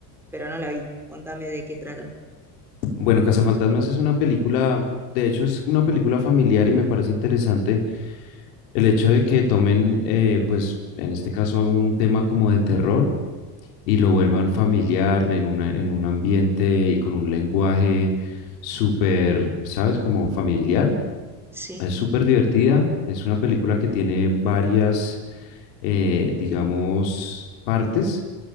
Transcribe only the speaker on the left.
Bueno, Cazafantasmas es una película, de hecho es una película familiar y me parece interesante el hecho de que tomen, eh, pues en este caso, algún tema como de terror y lo vuelvan familiar en una, en un ambiente y con un lenguaje súper, ¿sabes? Como familiar.
Es súper divertida. Es una película que tiene varias, eh, digamos, partes.